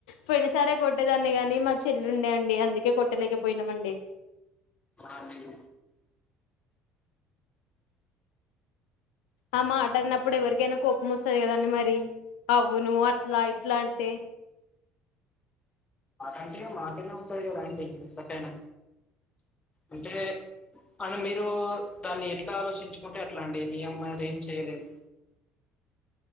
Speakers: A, on the left (about 80°); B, on the left (about 25°).
A: పోయినసారే కొట్టేదాన్ని గాని మా చెల్లి ఉండే అండి. అందుకే కొట్టలేకపోయినామండి.
B: ఆల్రెడీ
A: ఆ మాట అన్నప్పుడు ఎవరికైనా కోపం వస్తది కదండి మరి అవ్ అవును అట్లా ఇట్లా అంటే
B: అంటేగా మాటైనా ఉంటంది గద అండి ఎట్టయినా అంటే అ మీరు దాన్ని ఎట్లా ఆలోచించుకుంటే, అట్లా అండి మీ అమ్మాయిలు ఏం చెయలేదు.